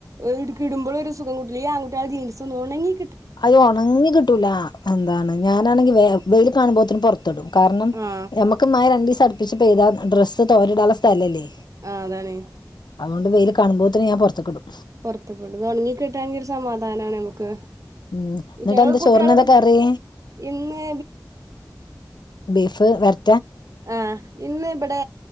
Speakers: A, on the right; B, on the left.
A: ഏട്ക്കിടുമ്പളു ഒരു സുഖം കുട്ട്ല്യ. ഈ ആൺകുട്ട്യേളെ ജീൻസ് ഒന്ന് ഓണങ്ങികി
B: അഹ് ഒണങ്ങി കിട്ടൂലാ. എന്താണ് ഞാനാണെങ്കി വേ വെയില് കാണുമ്പോത്തിനും പൊർ തെടും. കാര്ണം
A: ആ
B: നമ്മക്ക് മഴ രണ്ടീസ് ടിപ്പിച്ച് പെയ്താ ഡ്രസ്സ് തോരടാള്ള സ്ഥലല്ലേ
A: ആ അതാണ്
B: അതുകൊണ്ട് വെയ്ലൊ കാണുമ്പോൾതന് ഞാൻ പുറതേക്ടും
A: പുറത്ത് കൊണ്ടൊന്നൊണൊങ്ങി കിട്ടാങ്കി ഒരു സമാധാനാണേ അമ്ക് സമാധാനമാണ് നമുക്ക്
B: ഉം എന്നിട്ട്
A: ഇറ്റങ്ങള്
B: എന്ത്
A: കുട്ടികള്
B: ചോറിനെന്താ കറി
A: ഇന്ന്
B: ബീഫ് വരട്
A: ആ ഇന്ന് ഇവിടെ